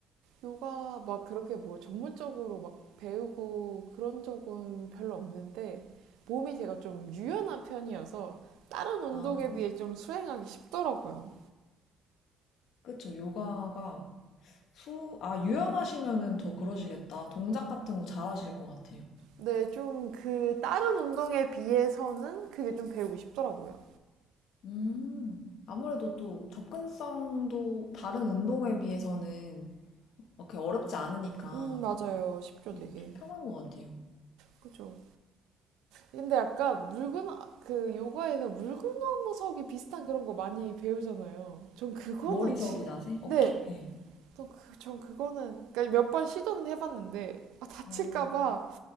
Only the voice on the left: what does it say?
아,
그쵸. 요가가 수, 아, 유연하시면은 더 그러시겠다. 동작 같은 거 잘하실 것 같아요.
음, 아무래도 또 접근성도 다른 운동에 비해서는 그렇게 어렵지 않으니까
예, 좀 편한 것 같아요.
머리
서기 자세? 어깨?
예.
어,